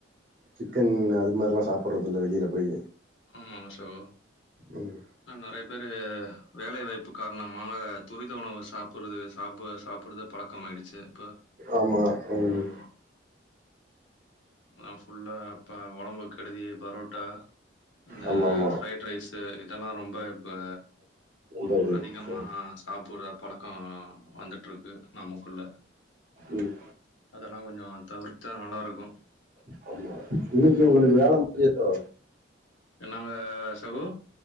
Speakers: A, on the right (about 45°); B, on the left (about 70°).
A: சிக்கன் அது மாரிலா சாப்பறதில்ல வெளில போயி
B: ஆமாங்க சகோ
A: ம்.
B: ந நெறைய பேரு வேலை வாய்ப்பு காரணமாக துரித உணவு சாப்புட்றுது சாப்ப சாப்புடுது பழக்கமாயிடுச்சு இப்ப
A: ஆமா. ம்.
B: ஆமா அ ஃபுல்லா அப்ப ஒடம்புக் கெடுதி பரோ ட்தா இந்த
A: ஆமாமா.
B: ஃப்ரைட் ரைஸு இதெல்லா ரொம்ப இப்ப
A: ரொம்ப இது.
B: அதிகமா
A: ம்.
B: சாப்புற பழக்கோ வந்துட்ருக்கு நமக்குள்ள
A: ம்.
B: அதெல்லா கொஞ்சோ தவிர்த்தா நல்லாருக்கு
A: <unintelligible> இன்னைக்கு
B: ஆமா.
A: உங்குளுக்கு வேல முடி <inaudible> தோ
B: என்னங்க சகோ?